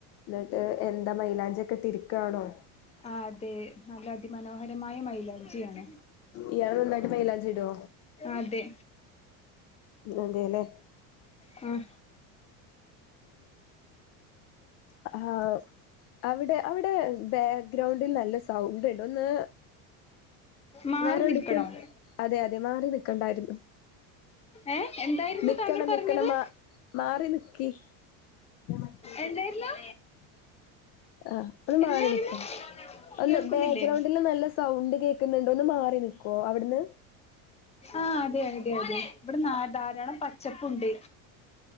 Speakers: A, on the left; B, on the left.
A: ന്നട്ട് ഏ എന്താ മൈലാഞ്ചിയൊക്കെട്ടിരിക്കാണോ
B: അതെ നല്ല അതിമനോഹരമായ മൈലാഞ്ചി ആണ്
A: ഇയാള് നന്നായിട്ട് മൈലാഞ്ചി ഇടോ
B: അതെ
A: അതെ ലെ
B: മ്
A: അ ആഹ് അവിടെ അവിടെ ബാഗ്രൗണ്ടിൽ നല്ല സൗണ്ട് ഉണ്ട് ഒന്ന്
B: മാറി
A: വേറെ എവിടക്കും
B: നിൽക്കണോ
A: അതെ അതെ മാറി നി ക്കെണ്ടായിരുന്നു
B: ഏഹ് എന്തായിരുന്നു
A: നിക്കണം
B: താങ്കൾ പറഞ്ഞത്
A: നിക്കണം മാ മാറി നി <unintelligible>
B: എന്തായിരുന്നു
A: ആഹ് ഒന്ന്
B: എന്തായിരുന്നു
A: മാറി നിക്കോ ഒന്ന്
B: കേൾക്കുന്നില്ലേ
A: ബാക്ക്ഗ്രൗണ്ടില് നല്ല സൗണ്ട് കേക്കുന്നുണ്ട് ഒന്ന് മാറി നിക്കോ അവിടുന്ന്
B: ആഹ അതെ അതെ അതെ ഇവിടെ ധാരാളം പച്ചപ്പുണ്ട്